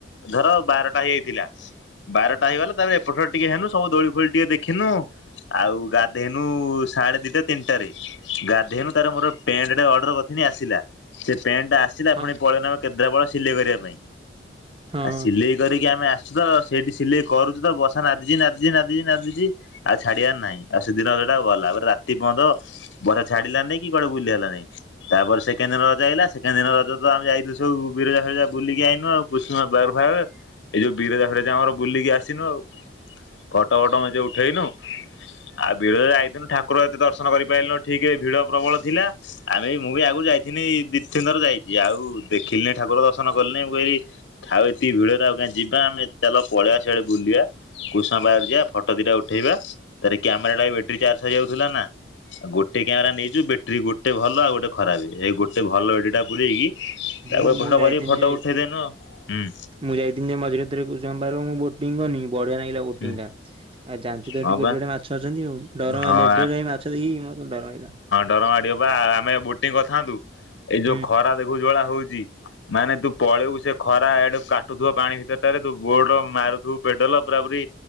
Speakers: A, on the left; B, on the right.
A: ଧର ବାରଟା ହେଇଯାଇଥିଲା। ବାରଟା ହେଇଗଲା ତାପରେ ଏପଟ ଟିକେ ହେନୁ ସବୁ ଦୋଳି ଫୋଳି ଟିକେ ଦେଖିନୁ। ଆଉ ଗାଧେଇନୁ ସାଢ଼େ ଦିଟା ତିନିଟାରେ। ଗାଧେଇନୁ ତାପର ମୋର ପେଣ୍ଟେ ଟେ ଅର୍ଡର କରିିଥିନି ଆସିଲା। ସେ ପେଣ୍ଟ ଟା ଆସିଲା
B: ହଁ
A: ପୁଣି ପଳେଇନ କେଦ୍ରାପାଳ ସିଲେଇ କରିବା ପାଇଁ।
B: ହଁ।
A: ଆ ସିଲେଇ କରିକି ଆମେ ଆସ ଚୁତ ସେଇଠି ସିଲେଇ କରୁଛି ତ ବର୍ସା ନାଦିଛି ନାଦଛି ନାଦିଚି ନାଦିଛି। ଆଉ ଛାଡ଼ିବାର ନାହିଁ ଆଉ ସେଦିନ ସେଟା ଗଲା ପୁରା ରାତି ପର୍ଯ୍ୟନ୍ତ ବର୍ଷା ଛାଡ଼ିଲାନି କି କୁଆଡ଼େ ବୁଲି ହେଲାନି ତାପରେ ସେକେଣ୍ଡ ଦିନ ଯାଇଲା ସେକେଣ୍ଡ ଦିନ ରଜ ତ ଆମେ ଯାଇଥିଲୁ ସବୁ ବିରଜା ଫିରଜା ବୁଲିକି ଆଇନୁ ଆଉ କୁସୁମା ପାର୍କ ଫାର୍କ। ଏଇ ଯଉ ବିରଜା ଫିରଜା ଆମର ବୁଲିକି ଆସିନୁ ଆଉ ଫଟ ଫଟ ମଞ୍ଚେ ଉଠେଇନୁ। ଆଉ ବିରଜା ଯାଇଥିନୁ ଠାକୁର ଏତେ ଦର୍ଶନ କରିପାରିଲୁନୁ ଠିକ୍ ରେ ଭିଡ଼ ପ୍ରବଳ ଥିଲା। ଆମେ ମୁଁ ବି ଆଗରୁ ଯାଇଥିନି ଦିଇ ତିନି ଥର ଯାଇଛି ଆଉ ଦେଖିଲିନି ଠାକୁର ଦର୍ଶନ କଲିଣିି ମୁଁ କହିଲି ଥାଉ ଏତିକି ଭିଡ଼ରେ ଆଉ କାଇଁ ଯିବା ଆମେ ଚାଲ ପଳେଇବା ସିଆଡ଼େ ବୁଲିବା। କୁସୁମା ପାର୍କ ଯିବା ଫଟୋ ଦିଟା ଉଠେଇବା ତାପରେ କ୍ୟାମେରାଟା ବି ବଟେରୀ ଚାର୍ଜ। ସରି ଯାଉଥିଲା ନା ଗୋଟେ କ୍ୟାମେରା ନେଇଛୁ ବେଟେରୀ ଗୋଟେ ଭଲ ଆଉ ଗୋଟେ ଖରାପ ଏଇ ଗୋ ସେ ଭଲ ବ୍ୟାଟେରୀ ପୁରେଇକି
B: ମୁଁ
A: ତାକୁ ଏପଟ
B: ମୁଁ
A: ସେପଟ
B: ଯାଇଥିଲି
A: କରିକି ଫଟୋ
B: ଯେ
A: ଉଠେଇଦେନୁ ଆଉ ହୁଁ।
B: ମୁଁ ଯାଇଥିବି ଯେ ମଝିରେ ଥରେ କୁସୁମା ପାର୍କ ମୁଁ ବୋଟିଂ କନି ବଢ଼ିଆ ଲାଗିଲା ବୋଂଟି
A: ହୁଁ
B: ଟା। ଆଉ ଜାଣିଛୁ ତ ହେଠି
A: ହଁ
B: କେଡେ
A: ବା
B: କେଡେ ମାଛ ଅଛନ୍ତି ଆଉ ଡର
A: ହଁ
B: ମାଇଲା ଏଡେ ଏଡେ <unintelligible> ମାଛ ଦେଖି କି ମତେ ଡର ମାଇଲା।
A: ଡର ମାଡ଼ିବ ପା ଆ-ଆମେ ବୋଟିଂ କରିଥାନ୍ତୁ ଏ ଯୋଉ
B: ହୁଁ।
A: ଖରା ଦେଖୁଛୁ ଯୋଉ ଭଳିଆ ହୋଉଛି। ମାନେ ତୁ ପଳେଇବୁ ସେ ଖରା ଏଡୁ କାଟୁଥିବ ପାଣି ଭିତରଟାରେ ତୁ ବୋଟ ମାରୁଥିବୁ ପେଡାଲ ପୁରା ପୁରି